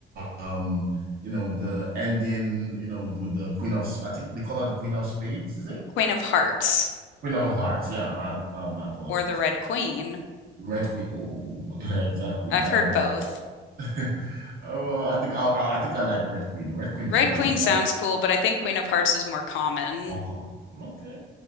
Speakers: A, on the right (about 50°); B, on the left (about 75°).
A: Um, you know, the ending, you know, with the Queen of, I think they call her the Queen of Spades, is it?
B: Queen of Hearts
A: Queen of Hearts. Yeah, I, I, my apologies.
B: or the Red Queen.
A: Red Queen. Oh, <laughs> exactly.
B: I've
A: Um,
B: heard both.
A: <laughs> oh, well, I think I, I I think I like Red Queen. Red Queen
B: Red
A: is cool.
B: Queen sounds
A: Not
B: cool, but I think Queen of Hearts is more common.
A: uncommon. Okay.